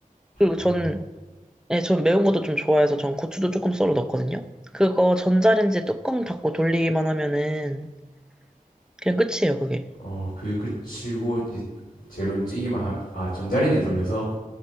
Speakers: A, in the centre; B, on the left (about 70°).
A: 그리고
B: 어,
A: 저는 네, 전 매운 것도 좀 좋아해서 전 고추도 조금 썰어 넣거든요. 그거 전자레인지 뚜껑 닫고 돌리기만 하면은 그냥 끝이에요, 그게.
B: 어, 그 끝이고 이제 재료는 찌기만 하, 아, 전자레인지 돌려서